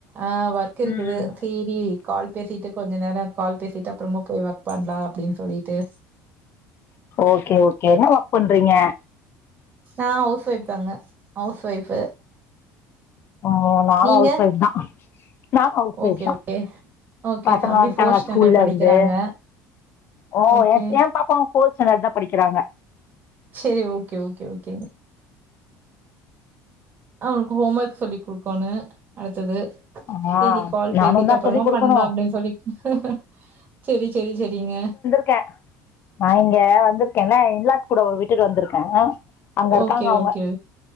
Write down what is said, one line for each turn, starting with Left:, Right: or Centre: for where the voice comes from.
Right: ஆ வர் இருக்குது
Left: ம்
Right: தீ ரீ டி கால் பேசிட்டு கொஞ்ச நேர கால் பேசிட்டு அப்புறமா போய் ஒர்க் பண்லா அப்டின்னு சொல்லிட்டு
Left: ஓகே ஓகே என்ன ஒர்க் பண்றீங்க
Right: அ ஹவுஸ் ஒயிஃப் தாங்க ஹவுஸ் ஒயிஃபு
Left: ஆ நானு
Right: நீங்க
Left: ஹவுஸ் வைஃப் தா நா ஹவுஸ்
Right: ஓகே
Left: வைஃப் தா
Right: ஓகே
Left: பசங்க
Right: தம்பி
Left: வந்ட்டாங்களா
Right: ஃபோர்த் ஸ்டாண்டர்ட்
Left: ஸ்கூல்ல
Right: படிக்கிறாங்க
Left: இருந்து ஓ
Right: ஓகே
Left: என் ஏ பாப்பாவு அவங்க ஃபோர்த் ஸ்டேன்டர்ட் தா படிக்கறாங்க
Right: சேரி ஓகே ஓகே ஓகேங்க ம் ஹோம் ஒர்க் சொல்லி்டுக்கனு அடுத்தது
Left: ஆ
Right: சேரி கால்
Left: நானு
Right: பேசிட்டு
Left: தா
Right: அப்பறமா
Left: சொல்லி் குடுக்கணு
Right: பண்லா அப்டின்னு சொல்லிட்டு சேரி சேரி சேரிங்க
Left: க நான் இங்க வந்திருக்கேன்ல இன்லாஸ் கூட விட்டுட்டு வந்திருக்கே அங்க இருக்காங்க
Right: ஓகே
Left: அவங்க
Right: ஓகே